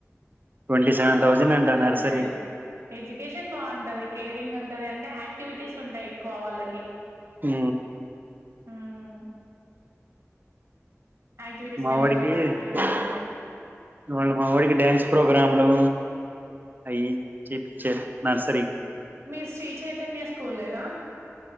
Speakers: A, on the right; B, on the right.
A: ట్వంటీ
B: చాలా
A: సెవెన్ థౌజండ్
B: బాగుంటంది
A: నర్సరీ
B: అంట ఎడ్యుకేషన్ బాగుంటది కేరింగ్ ఉంటంది అే ంటే యాక్టివిటీస్ ఉంటాయి ఎక్కువ వాళ్ళకి
A: హ
B: హ్మ్. యాక్టివిటీస్
A: మావడికి
B: నంబర్ ఆఫ్ యాక్టివిటీస్
A: వావాళ
B: ఉంటాయి.
A: మావిడికి డ్యాన్స్ ప్రోగ్రాంలు అయయి్య పచర్ నర్సర
B: మీరు స్్రీ చైతన్య కలేనా